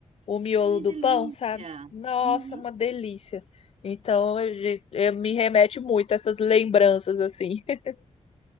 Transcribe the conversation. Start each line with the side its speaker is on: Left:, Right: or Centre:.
Left: o miolo
Right: Ai,
Left: do
Right: delícia!
Left: pão, sabe? Nossa,
Right: Uhum.
Left: uma delícia. Então, eu, eu- me remete muito a essas lembranças assim. <laughs>